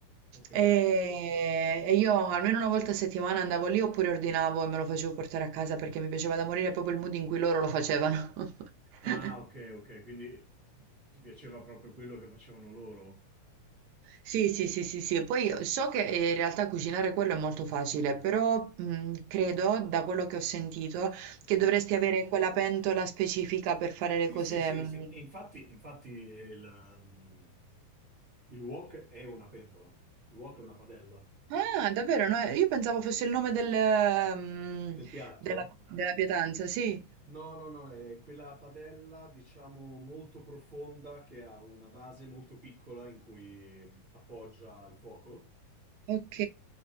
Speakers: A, on the right (about 60°); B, on the right (about 75°).
A: Ok.
B: E, e io almeno una volta a settimana andavo lì oppure ordinavo e me lo facevo portare a casa perché mi piaceva da morire proprio il mood in cui loro lo facevano.
A: Ah,
B: <laughs>
A: ok, ok, quindi ti piaceva proprio quello che facevano loro?
B: Sì, sì, sì, sì, sì. E Poi so che eh, in realtà cucinare quello è molto facile, però mh, credo, da quello che ho sentito, che
A: Sì.
B: dovresti avere quella pentola specifica per fare le
A: Sì,
B: cose.
A: sì, sì,
B: mh.
A: sì. E infatti, infatti il, mm, il wok è una pentola. Il wok è una padella.
B: Ah, davvero? No, io pensavo fosse il nome del, mh,
A: Del piatto?
B: della, della pietanza, sì.
A: No, no, no, è quella padella, diciamo, molto profonda che ha una base molto piccola in cui appoggia il fuoco.
B: Ok.